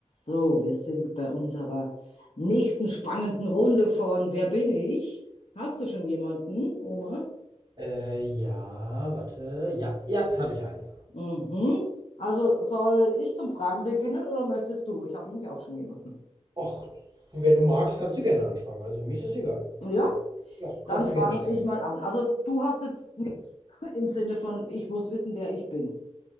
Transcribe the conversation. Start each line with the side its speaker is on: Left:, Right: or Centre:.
Left: So, wir sind bei unserer nächsten spannenden Runde von Wer bin ich? Hast du schon jemanden, Oma?
Right: Äh, ja, warte. Ja, jetzt habe ich einen.
Left: Mhm. Also soll ich zum Fragen beginnen oder möchtest du? Ich habe nämlich auch schon jemanden.
Right: Och, wenn du magst, kannst du gerne anfangen. Also mir ist es egal.
Left: Ja,
Right: Ja,
Left: dann
Right: kannst
Left: frage
Right: du gerne starten.
Left: ich mal an. Also du hast jetzt nicht <laughs> im Sinne von, ich muss wissen, wer ich bin.